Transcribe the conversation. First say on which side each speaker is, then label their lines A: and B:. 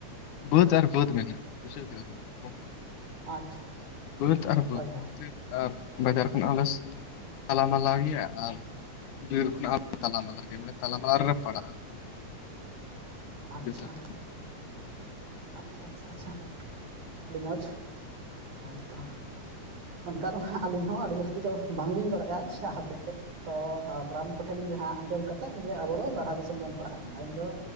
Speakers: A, on the left; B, on the right.
A: ᱵᱟᱹᱫ ᱟᱨ ᱵᱟᱹᱫ ᱢᱮᱱᱟᱜ ᱵᱩᱡᱷᱟᱹᱣ ᱠᱮᱫᱟᱵᱮᱱ ᱜᱚᱝᱠᱮ
B: ᱟᱪᱪᱷᱟ
A: ᱵᱟᱹᱫᱽ ᱟᱨ ᱵᱟᱹᱫᱽ
B: ᱦᱳᱭ ᱦᱳᱭ
A: ᱢ <inaudible> ᱟᱨ ᱵᱟᱡᱟᱨ ᱠᱷᱚᱱᱟᱜ ᱦᱚᱸᱞᱮ ᱛᱟᱞᱟ ᱢᱟᱞᱟ ᱜᱮᱭᱟ ᱟᱨ ᱵᱤᱨ <unintelligible> ᱛᱞᱟᱱᱮ ᱛᱟᱞᱟ ᱛᱟᱞᱟᱨᱮ ᱯᱟᱲᱟᱜ ᱟ
B: ᱟᱪᱪᱷᱟ
A: ᱟᱨᱠᱤ
B: ᱟᱪᱪᱷᱟ ᱟᱪᱪᱷᱟ ᱟᱪᱪᱷᱟ ᱟᱹᱰᱤ ᱢᱚᱡᱽ ᱦᱳᱭᱛᱚ ᱚᱱᱠᱟ ᱫᱚ ᱦᱟᱸᱜ ᱟᱹᱞᱤᱧ ᱦᱚᱸ ᱟᱹᱰᱤ ᱡᱟᱹᱥᱛᱤ ᱫᱚ ᱵᱟᱝᱞᱤᱧ ᱵᱟᱲᱟᱭᱟ ᱪᱮᱫ ᱦᱚᱛᱮᱡ ᱛᱮ ᱛᱚ ᱦᱟᱯᱲᱟᱢ ᱠᱚᱴᱷᱮᱱ ᱡᱟᱦᱟᱸ ᱟᱸᱡᱚᱢ ᱠᱟ ᱠᱟᱛᱮᱫ ᱡᱮ ᱟᱵᱚ ᱫᱚ ᱵᱟᱨᱦᱟ ᱫᱤᱥᱚᱢ ᱵᱚᱱ ᱟ ᱟᱞᱤᱧ ᱫᱚ